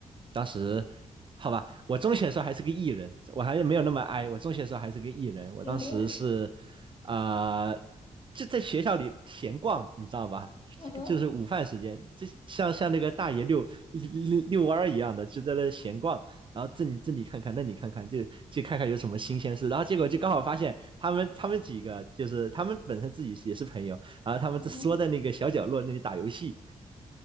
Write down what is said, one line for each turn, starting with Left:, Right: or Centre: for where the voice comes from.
Right: 当时好吧，我中学的时候还是个艺人，我还是没有那么哀。我中学的时候还是个艺人，我当时是
Left: 嗯哼，
Right: 啊、呃就在学校里闲逛，你知道吧？
Left: 嗯哼，
Right: 就是午饭时间，就像像那个大爷遛遛遛弯儿一样的，就在那闲逛，然后这里这里看看，那里看看，就就看看有什么新鲜事。然后结果就刚好发现他们他们几个就是他们本身自己也是朋友，然后他们就缩在那个小角落那里打游戏，
Left: 嗯哼，